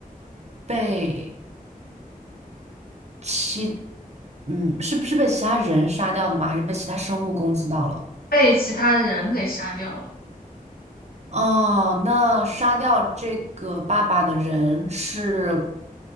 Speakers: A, on the right; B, on the left.
A: 被其，嗯，是不是被其他人杀掉的吗？还是被其他生物攻击到了？
B: 被其他人给杀掉了。
A: 哦，那杀掉这个爸爸的人是